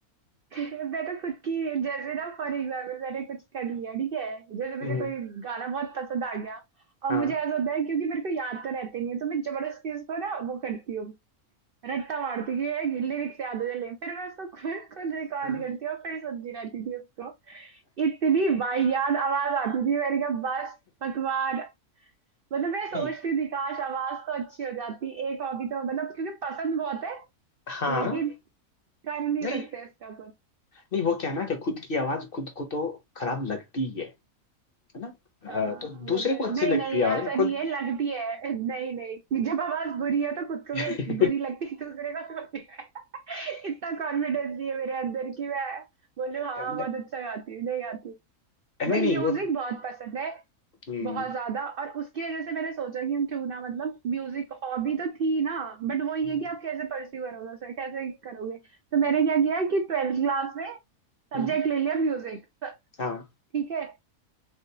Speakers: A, on the right (about 70°); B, on the left (about 45°).
A: <laughs> मैं तो खुद की जैसे ना फॉर एग्जाम्पल मैंने कुछ कर लिया ठीक है जैसे
B: हम्म,
A: मुझे कोई गाना बहुत पसंद आ गया और
B: हाँ
A: मुझे ऐसा होता है क्योंकि मेरे को याद तो रहते नहीं है तो मैं जबरदस्ती उसको ना वो करती हूँ रट्टा मारती हूँ कि लिरिक्स याद हो जाए ले फिर मैं उसको खुद <laughs> खुद रिकॉर्ड
B: हाँ,
A: करती हूँ और फिर सुनती रहती थी उसको इतनी वाहियात आवाज आती थी मैंने कहा बस भगवान मतलब मैं सोचती
B: नहीं
A: थी काश आवाज तो अच्छी हो जाती एक हॉबी तो मतलब क्योंकि पसंद बहुत है
B: हाँ
A: लेकिन कर नहीं
B: नहीं
A: सकते इसका कुछ
B: नहीं वो क्या है ना कि खुद की आवाज खुद को तो खराब लगती ही है है ना
A: हाँ
B: हाँ, तो दूसरे
A: वो तो
B: को
A: है।
B: अच्छी
A: नहीं
B: लगती
A: नहीं
B: है
A: ऐसा
B: आवाज ना खुद
A: नहीं है लगती है नहीं नहीं जब आवाज बुरी है तो खुद को
B: <laughs>
A: भी बुरी लगती है दूसरे को भी <laughs> इतना कॉन्फिडेंस नहीं है मेरे अंदर कि मैं बोलूँ हाँ
B: नहीं
A: बहुत अच्छा गाती हूँ नहीं गाती
B: नहीं
A: बट
B: नहीं,
A: म्यूजिक
B: वो
A: बहुत पसंद है
B: हम्म
A: बहुत ज्यादा और उसकी वजह से मैंने सोचा कि हम क्यों ना मतलब म्यूजिक हॉबी तो थी ना बट वो ये
B: हम्म
A: कि आप कैसे परस्यू करोगे उसे कैसे करोगे तो मैंने क्या किया कि ट्वेल्थ क्लास में सब्जेक्ट
B: हम्म,
A: ले लिया म्यूजिक
B: हाँ
A: ठीक है